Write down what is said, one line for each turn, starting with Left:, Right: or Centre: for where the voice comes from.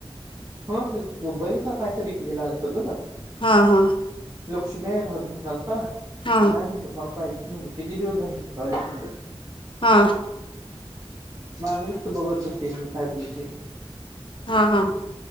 Right: हा ते बैल का काय तरी केलेलं आलत बघ
Left: हा हा
Right: लक्ष्मी राहू दे म्हणाल <unintelligible> नाही
Left: हा
Right: म्हटलं म पाहिजे म्हण किती दिवस झाले म्हण
Left: हा
Right: मामी नुसतं बघत बसते मी काय बोलते
Left: हा हा